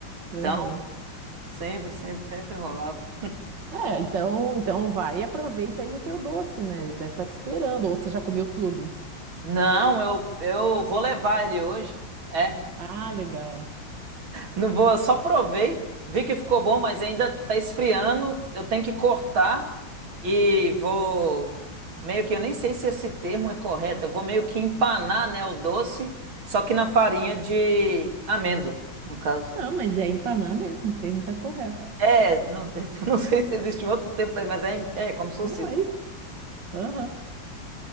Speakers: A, on the right; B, on the right.
A: Aham.
B: Então, sempre, sempre, sempre rolava.
A: É, então, então vai e aproveita aí o teu doce, né? Ele deve estar te esperando, ou você já comeu tudo?
B: Não, eu eu vou levar ele hoje. É.
A: Ah, legal.
B: Não vou, eu só provei, vi que ficou bom, mas ainda tá esfriando. Eu tenho que cortar e vou meio que eu nem sei se esse termo é correto. Eu vou meio que empanar, né, o doce, só que na farinha de amêndoa, no caso.
A: Não, mas é empanar mesmo, o termo tá correto.
B: É, não, <laughs> não sei se existe um outro tempo mas é, é como se fosse
A: Não,
B: isso.
A: é isso. Aham.